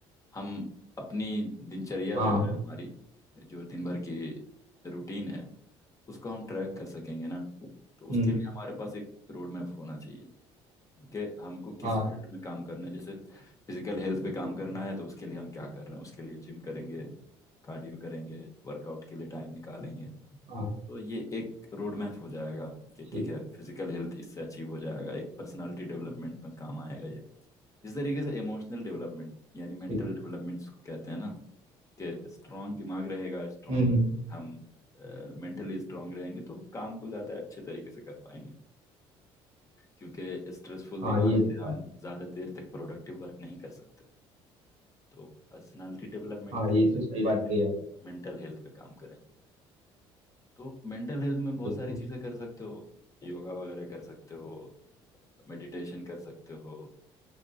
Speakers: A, on the left; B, on the right.
A: हम अपनी दिनचर्या
B: हाँ
A: जो है
B: हाँ
A: हमारी जो दिन भर की रूटीन है उसको हम ट्रैक कर सकेंगे ना तो उसके
B: हम्म
A: लिए हमारे पास एक रोड मैप होना चाहिए कि हमको किस
B: हाँ हाँ
A: फील्ड में काम करना है जैसे फिजिकल हेल्थ पे काम
B: बिल्कुल
A: करना है तो उसके लिए हम क्या कर रहे हैं उसके लिए जिम करेंगे कार्डियो करेंगे वर्कआउट के लिए टाइम निकालेंगे
B: हाँ
A: तो ये एक रोड मैप हो जाएगा कि
B: ठीक
A: ठीक है फिजिकल हेल्थ इससे अचीव हो जाएगा एक पर्सनालिटी डेवलपमेंट में काम आएगा ये इस तरीके से इमोशनल डेवलपमेंट यानी मेंटल
B: ठीक
A: डेवलपमेंट जिसको कहते हैं ना कि स्ट्रांग दिमाग रहेगा स्ट्रांग
B: हम्म हम्म
A: हम मेंटली uh, स्ट्रांग रहेंगे तो काम को ज़्यादा अच्छे तरीके से कर पाएंगे क्योंकि स्ट्रेसफुल दिमाग
B: हाँ ये
A: से
B: तो
A: हम
B: बात
A: ज़्यादा देर तक प्रोडक्टिव वर्क नहीं कर सकते तो पर्सनालिटी डेवलपमेंट
B: हाँ
A: के लिए
B: ये तो
A: ज़रूरी
B: सही बात
A: है कि
B: कही
A: हम
B: आपने
A: मेंटल हेल्थ पे काम करें तो मेंटल हेल्थ में बहुत
B: बिल्कुल
A: सारी चीज़ें कर सकते हो योगा वगैरह कर सकते हो मेडिटेशन कर सकते हो